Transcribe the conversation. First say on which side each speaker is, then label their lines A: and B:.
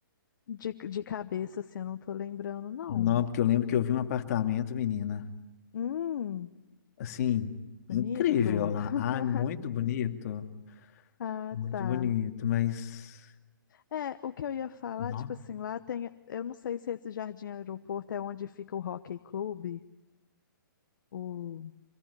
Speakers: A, on the left (about 60°); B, on the left (about 45°).
A: De, de cabeça, assim, eu não tô lembrando, não.
B: Não, porque eu lembro que eu vi um apartamento, menina.
A: Hum,
B: assim,
A: bonito.
B: incrível lá.
A: <laughs>
B: Ah, é muito bonito,
A: Ah,
B: muito
A: tá.
B: bonito, mas
A: É, o que eu ia falar,
B: não.
A: tipo assim, lá tem. Eu não sei se esse Jardim Aeroporto é onde fica o Hockey Clube. O...